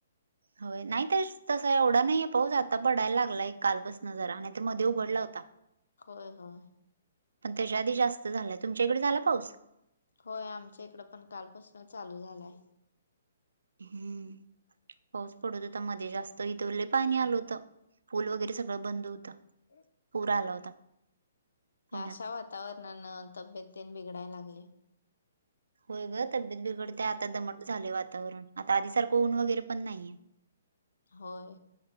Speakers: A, on the right (about 90°); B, on the left (about 80°).
A: होय नाही तर तसा एवढा नाहीये पाऊस आता पडायला लागलाय काल पासन जरा आणि ते मध्ये उघडला होता.
B: होय होय.
A: पण त्याच्या आधी जास्त झालंय तुमच्याकडे झाला पाऊस?
B: होय आमच्या इकडं पण कालपासून चालू झालाय.
A: हम्म पाऊस पडत होता मध्ये जास्त इथे लय
B: हम्म
A: पाणी आलं होतं पूल वगैरे सगळे बंद होता.
B: <unintelligible>
A: पूर आला पुण्यात.
B: वातावरणान तब्येतन ते बिघडायला लागले.
A: होय ग तब्येत बिघडते आता दमट झाले वातावरण आता आधी सारखं ऊन वगैरे पण नाहीये.
B: होय.